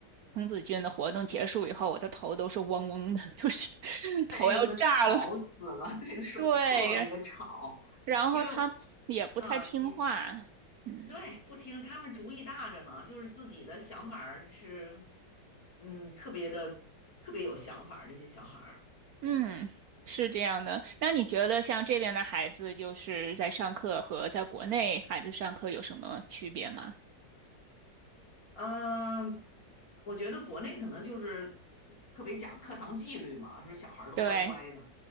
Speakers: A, on the right; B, on the left.
A: 童子军的活动结束以后，我的头都是嗡嗡的，就是 <laughs>
B: 对，
A: 头要炸了。
B: 哎呦，它吵死了，<laughs> 对，说时特别吵，
A: 对，然后他们也不太听话，
B: 因为嗯你
A: 嗯
B: 对不听，他们主意大着呢，就是自己的想法儿是嗯特别的特别有想法儿，这些小孩儿，嗯
A: 嗯，是这样的。那你觉得像这边的孩子，就是在上课和在国内孩子上课有什么区别吗？
B: 嗯。呃我觉得国内可能就是就特别讲课堂纪律嘛，说小孩儿都乖乖的，
A: 对，